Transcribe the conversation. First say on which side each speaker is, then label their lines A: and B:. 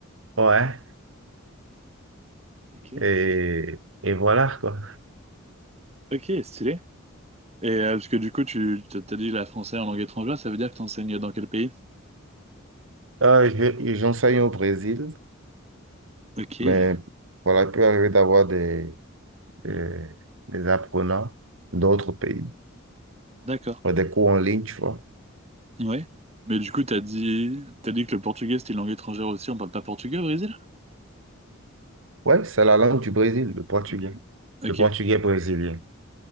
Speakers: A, on the right (about 65°); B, on the right (about 30°).
A: Ouais,
B: Ok.
A: et, et voilà, quoi.
B: Ok, stylé. Et euh, parce que du coup, tu t'as t'as dit la français en langue étrangère, ça veut dire que t'enseignes dans quel pays?
A: Euh, je- j'enseigne au Brésil,
B: Ok,
A: mais voilà, il peut arriver d'avoir des, des, des apprenants d'autres pays,
B: d'accord.
A: des cours en ligne, tu vois.
B: Ouais. Mais du coup, t'as dit, t'as dit que le portugais c'était une langue étrangère aussi, on parle pas portugais au Brésil?
A: Ouais, c'est la langue du Brésil, le portugais.
B: Ok.
A: Le portugais brésilien.